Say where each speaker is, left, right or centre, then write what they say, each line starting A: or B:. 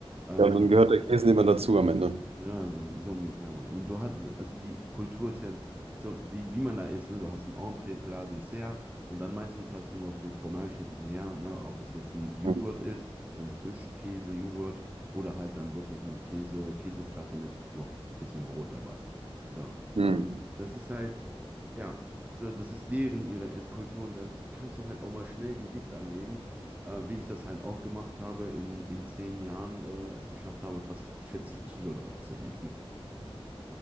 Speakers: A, on the right (about 15°); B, on the right (about 85°).
A: Ähm,
B: Ja, und dann gehört der Käse immer dazu am Ende.
A: Ja, so, so ungefähr. Und du hast, also die Kultur ist ja so, wie, wie man da ist, ne? Du hast ein Entree Plat, Dessert und dann meistens hast du noch den Fromage hintenher, ne? Ob es jetzt ein Joghurt
B: Mhm.
A: ist, so ein Frischkäse-Joghurt oder halt dann wirklich ein Käse, Käseplatte mit noch ein bisschen Brot dabei. So,
B: Mhm.
A: ähm, das ist halt, ja, so, das ist deren, ihre Esskultur und dann kannst du halt auch mal schnell Gewicht anlegen äh, wie ich das halt auch gemacht habe, in, in zehn Jahren äh, es geschafft habe, fast 40 Kilo draufzulegen.